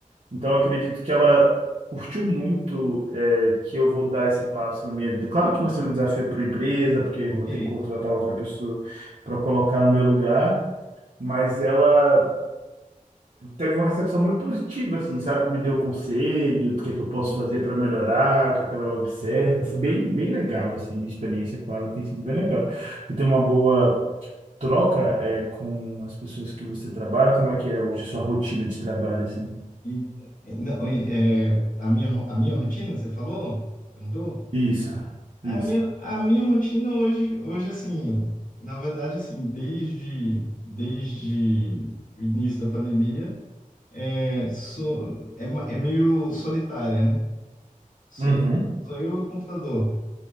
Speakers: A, on the right; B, on the left.
A: Então, eu acredito que ela curtiu muito, é, que eu vou dar esse passo na minha vida. Claro que vai ser um desafio para a empresa, porque eu
B: ok.
A: vou ter que contratar outra pessoa para colocar no meu lugar, mas ela teve uma recepção muito positiva, assim, sabe? Me deu conselho do que é que eu posso
B: E,
A: fazer para melhorar, o que é que ela observa. Foi bem, bem legal, assim, minha experiência com ela tem sido bem legal. Você tem uma boa troca, é, com as pessoas que você trabalha? Como é que é hoje a sua rotina de trabalho, assim?
B: e- e- não, e- é, a minha, ro- a minha rotina, você falou? Você perguntou?
A: Isso,
B: A
A: isso.
B: minha, a minha rotina hoje, hoje, assim, na verdade, assim, desde, desde o início da pandemia, é, sou, é, ma- é meio solitária, né? Sou,
A: Uhum.
B: sou eu e o computador.